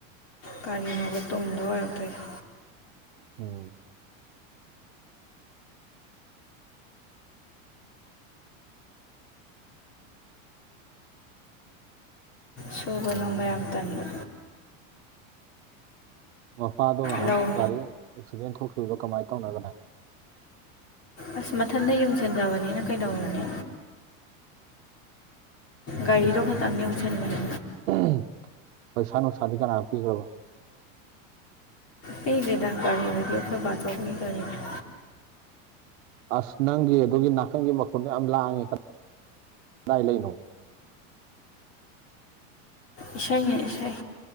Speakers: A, on the left; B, on the right.
A: ꯀꯔꯤꯅꯣꯕ ꯇꯨꯡꯗ ꯑꯣꯏꯔꯛꯇꯣꯏꯁꯦ꯫
B: ꯎꯝ꯫
A: ꯁꯨꯕ ꯅꯣꯝꯕ ꯌꯥꯝ ꯇꯟꯕ꯫
B: ꯃꯄꯥꯗꯣ ꯉꯥꯏꯍꯥꯛꯃꯨꯛ
A: ꯂꯧ
B: ꯒꯥꯔꯤ ꯑꯦꯛꯁꯤꯗꯦꯟ ꯊꯣꯛꯈꯤꯕꯗꯣ ꯀꯃꯥꯏꯅ ꯇꯧꯅꯒꯅ꯫ꯦ
A: ꯑꯁ ꯃꯊꯟꯗ ꯌꯨꯡꯁꯟꯖꯕꯅꯤꯅ ꯀꯩꯗꯧꯔꯨꯅꯤ꯫
B: <inaudible>
A: ꯒꯥꯔꯤꯗꯣ
B: ꯄꯩꯁꯥ
A: ꯈꯇꯪ ꯌꯨꯡꯁꯟꯕꯅꯤ꯫
B: <unintelligible> ꯄꯩꯁꯥ ꯅꯨꯡꯁꯥꯗꯤ ꯀꯅꯥ ꯄꯤꯈ꯭ꯔꯕ꯫
A: ꯄꯤꯗꯦꯗꯥ ꯒꯥꯔꯤꯗꯨꯗꯤ ꯑꯩꯈꯣꯏ ꯕꯥꯆꯧꯒꯤ ꯒꯥꯔꯤꯅꯤ꯫
B: ꯑꯁ ꯅꯪꯒꯤ ꯑꯗꯨꯒꯤ ꯅꯥꯀꯟꯒꯤ ꯃꯈꯨꯟꯗꯣ ꯌꯥꯝ ꯂꯥꯡꯉꯦ ꯀ ꯀꯗꯥꯏ ꯂꯩꯅꯣ꯫
A: ꯏꯁꯩꯅꯤ ꯏꯁꯩ꯫